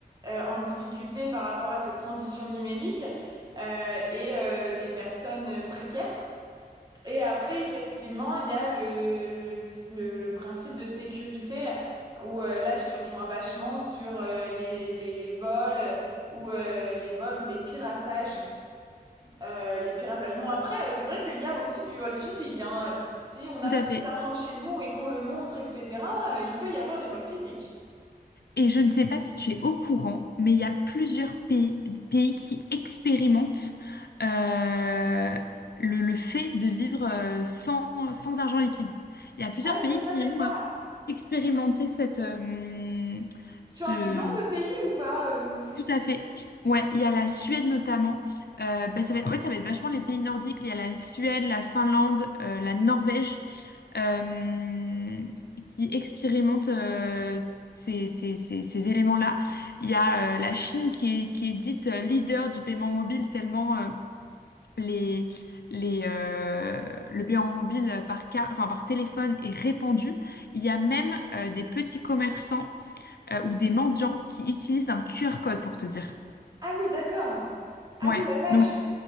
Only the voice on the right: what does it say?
euh, en difficulté par rapport à cette transition numérique euh, et euh, les personnes précaires. Et après, effectivement, il y a le, le, le, le principe de sécurité où euh, là, je te rejoins vachement sur euh, les, les, les vols euh, ou euh, les vols ou les piratages. Euh, les piratages. Bon, après, euh, c'est vrai qu'il y a aussi du vol physique, hein. Si on
a beaucoup
d'argent chez nous et qu'on le montre, etc., euh, il peut y avoir des vols physiques.
Ah,
je savais
pas.
Tu as un exemple de pays ou pas, euh, ou juste...
Ah oui, d'accord. Ah
oui, la
vache.